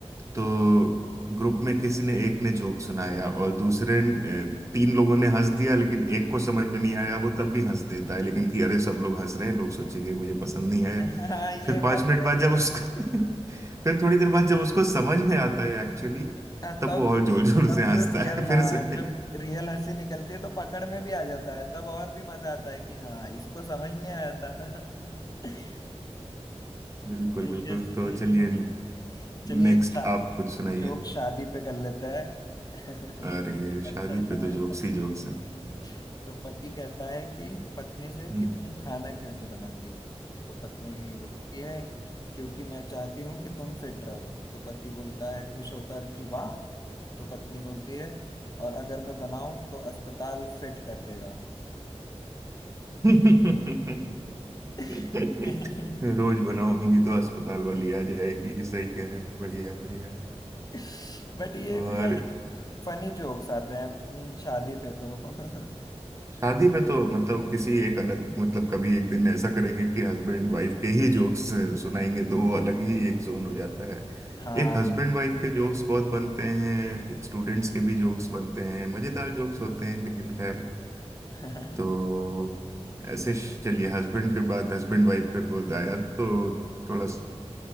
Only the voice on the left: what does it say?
हाँ ये
बात
तो
है
हाँ,
तब
तब
जो रियल
हाँ
जब रियल हंसी निकलती है तो पकड़ में भी आ जाता है तब और भी मजा आता है कि हाँ इसको समझ नहीं आया था <laughs>
सही
है सही
है
<laughs> चलिए
एक शा,
जोक शादी पे कर लेते हैं <laughs>
एक अच्छा
सा
है
<laughs> तो पति कहता है कि पत्नी से
कि तुम खाना क्यों नहीं बनाती तो पत्नी बोलती है क्योंकि मैं चाहती हूँ कि तुम फिट रहो तो पति बोलता है खुश होकर कि वाह तो पत्नी बोलती है और अगर मैं बनाऊं तो अस्पताल फिट कर देगा
<laughs>
बट ये
भी यार फनी जोक्स आते हैं मीन शादी पे तो <laughs>
हाँ
<laughs> हाँ